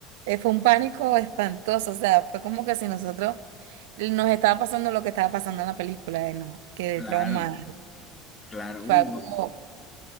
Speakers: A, on the right; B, on the left.
A: eh, fue un pánico espantoso, o sea, fue como que si nosotros nos estaba pasando lo que estaba pasando en la película, eh, no, quedé
B: Claro,
A: traumada.
B: claro,
A: Fue
B: uy,
A: algo
B: no,